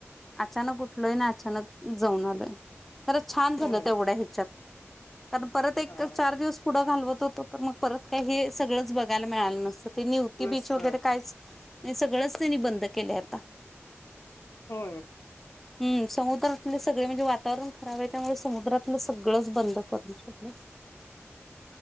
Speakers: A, in the centre; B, on the left.
A: अचानक उठलोय ना अचानक जाऊन आलोय खरं छान झालं
B: होय
A: तेवढ्या ह्याच्यात कारण परत एक
B: हा
A: चार दिवस पुढं घालवत होतो तर मग परत काही हे सगळंच बघायला मिळालं नसतं ते निुती
B: मस्त
A: बीच वगैरे काहीच नाही सगळंच त्यांनी बंद केलं आता
B: होय
A: हम् समुद्रातले सगळे म्हणजे वातावरण खराब आहे त्यामुळे समुद्रातलं सगळंच बंद करून शगलं